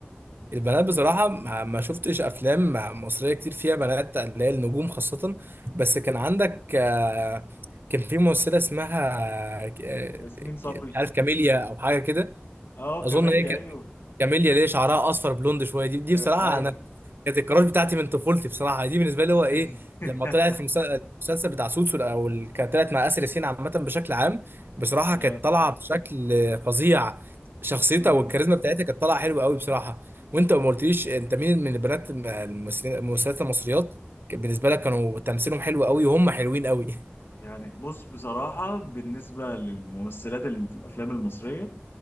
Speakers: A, on the right; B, on the left.
A: البنات بصراحة ما ما شفتش أفلام مصرية كتير فيها بنات اللي هي النجوم خاصة بس كان عندك آه، كان في ممثلة اسمها آه، ك-
B: ياسمين صبري
A: مش عارف كاميليا أو حاجة كده
B: أه كاميليا
A: اظن هي ك-
B: أيوه
A: كاميليا ليه شعرها اصفر بلوند شويه دي دي
B: آه،
A: بصراحه
B: أيوه
A: انا كانت الكراش بتاعتي من طفولتي بصراحه دي بالنسبه لي هو
B: <laughs>
A: ايه لما طلعت في المس- المسلسل بتاع سوتسو او ال- كانت طلعت مع اسر ياسين عامه بشكل عام بصراحه
B: آه،
A: كانت طالعه بشكل فظيع شخصيتها
B: أمم.
A: والكاريزما بتاعتها كانت طالعه حلوه قوي بصراحه وانت ما قلتليش انت مين من البنات الم- الممثلين الممثلات المصريات كان بالنسبه لك كانوا تمثيلهم حلو قوي وهم حلوين قوي <laughs>
B: يعني بص بصراحة بالنسبة للممثلات اللي في الأفلام المصرية